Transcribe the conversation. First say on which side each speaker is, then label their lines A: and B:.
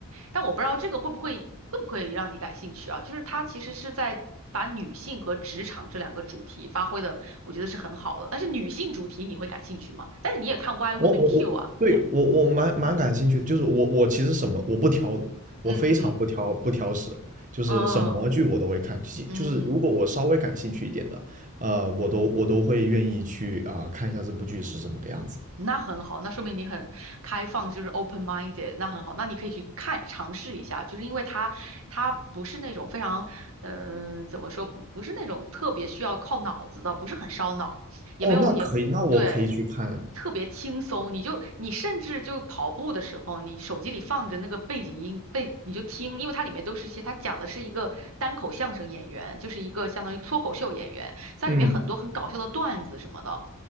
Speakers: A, on the right; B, on the right.
A: 但我不知道这个会不会会不会让你感兴趣啊？就是它其实是在把女性和职场这两个主题发挥的，我觉得是很好的。但是女性主题你会感兴趣吗？但是你也看《Why Women
B: 我我我，
A: Kill》啊？
B: 对，我我蛮蛮感兴趣的，就是我我其实什么我不挑的，
A: 嗯嗯嗯
B: 我非常不挑不挑食，就是什么剧我都会看，
A: 嗯
B: 就就是如果我稍微感兴趣一点的，
A: 嗯，
B: 呃，我都我都会愿意去啊、看一下这部剧是什么个样子。
A: 那很好，那说明你很开放，就是 open minded，那很好，那你可以去看尝试一下，就是因为它它不是那种非常，嗯、怎么说不不是那种特别需要靠脑子的，不是很烧脑，也没有也对，
B: 哦，那可以，那我可以去看。
A: 特别轻松，你就你甚至就跑步的时候，你手机里放着那个背景音背你就听，因为它里面都是一些它讲的是一个单口相声演员，就是一个相当于脱口秀演员。在里面很多很搞笑的段子什么的，
B: 嗯，